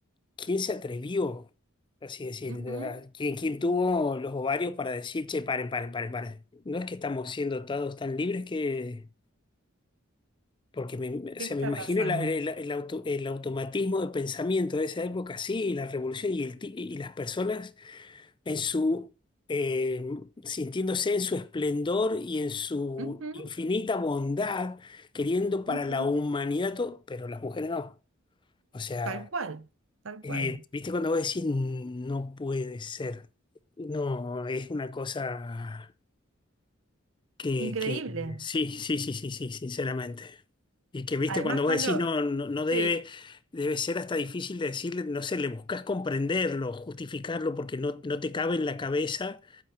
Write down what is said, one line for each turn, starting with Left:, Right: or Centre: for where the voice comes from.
Left: ¿Quién se atrevió? Así decir,
Right: ujú.
Left: ¿verdad? ¿quién, quién tuvo los ovarios para decir, che, paren, paren, paren, paren? No es que estamos siendo todos tan libres que... Porque me, o
Right: ¿Qué
Left: sea,
Right: está
Left: me imagino
Right: pasando?
Left: la- el, el auto- el automatismo de pensamiento de esa época, sí, la revolución y, el, ti- y las personas en su, eh, sintiéndose en su esplendor y en su
Right: Ujú,
Left: infinita bondad, queriendo para
Right: ujú.
Left: la humanidad todo, pero las mujeres no. O sea...
Right: Tal cual, tal
Left: Eh,
Right: cual.
Left: ¿viste cuando vos decís no puede ser? No, es una cosa que,
Right: Increíble.
Left: que sí, sí, sí, sí, sí, sinceramente. Y que, viste,
Right: Además,
Left: cuando vos
Right: Pablo,
Left: decís no, no, no debe,
Right: sí.
Left: debe ser hasta difícil de decirle, no sé, le buscas comprenderlo, justificarlo, porque no, no te cabe en la cabeza